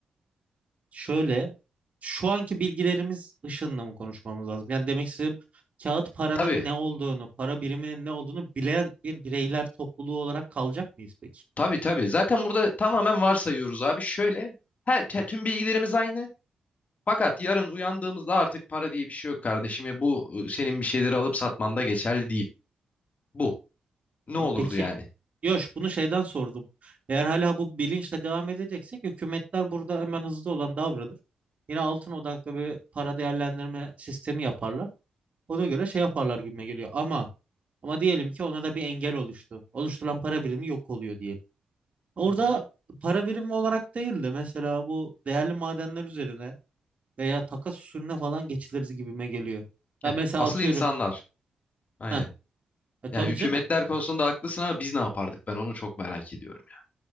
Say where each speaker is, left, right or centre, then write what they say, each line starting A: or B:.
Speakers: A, on the right (about 45°); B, on the left (about 50°).
A: Şöyle şu anki bilgilerimiz ışığında mı konuşmamız lazım? Yani demek istediğim kağıt paranın
B: Tabii,
A: ne olduğunu, para biriminin ne olduğunu bilen bir bireyler topluluğu olarak kalacak mıyız peki?
B: tabii, tabii. Zaten burada tamamen varsayıyoruz abi. Şöyle, her, her- tüm bilgilerimiz aynı. Fakat yarın uyandığımızda artık para diye bir şey yok kardeşim. ve Bu e, senin bir şeyleri alıp satmanda geçerli değil. Bu. Ne olurdu
A: Peki
B: yani?
A: Yok, bunu şeyden sordum. Eğer hala bu bilinçle devam edeceksek hükümetler burada hemen hızlı olan davranır. Yine altın odaklı bir para değerlendirme sistemi yaparlar. Ona göre şey yaparlar gibime geliyor. Ama ama diyelim ki ona da bir engel oluştu. Oluşturulan para birimi yok oluyor diyelim. Orada
B: Hı hı.
A: para birimi olarak değil de mesela bu değerli madenler üzerine veya takas usulüne falan geçilir gibime geliyor. Ya
B: Heh.
A: mesela
B: Asıl
A: atıyorum.
B: insanlar. Aynen.
A: Heh, e tabii
B: Yani hükümetler
A: canım.
B: konusunda haklısın ama biz ne yapardık? Ben onu çok merak ediyorum.